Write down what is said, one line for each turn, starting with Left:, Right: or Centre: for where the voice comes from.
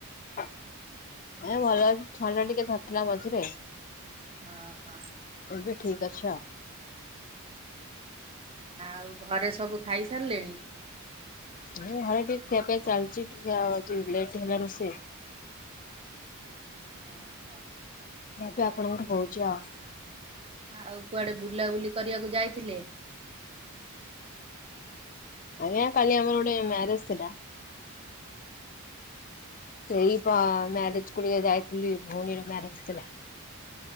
Left: ଏଇ ଭଲ ଲାଗୁଛି ଥଣ୍ଡା ଟିକେ ଧରିଥିଲା ମଝିରେ
Right: ଓହୋ
Left: ଏବେ ଠିକ୍ ଅଛି ଆଉ
Right: ଆଉ ଘରେ ସବୁ ଖାଇ ସାରିଲେଣି
Left: ମୁଁ ଖାଇକି ଖିଆ ପିଆ ଚାଲିଚି ଟିକେ ଆଜି ଲେଟ୍ ହେଲାଣି ସେ
Right: ଓହୋ
Left: କିନ୍ତୁ ଆପଣଙ୍କର ହେଉଛି ଆଉ
Right: ଆଉ କୁଆଡ଼େ ବୁଲାବୁଲି କରିଆକୁ ଯାଇଥିଲେ
Left: ଆଜ୍ଞା କାଲି ଆମର ଗୋଟେ ମ୍ୟାରେଜ୍ ଥିଲା ସେଇ ପା ମ୍ୟାରେଜ୍ କୁ ଡିକେ ଯାଇଥିଲି ଭଉଣୀର ମ୍ୟାରେଜ୍ ଥିଲା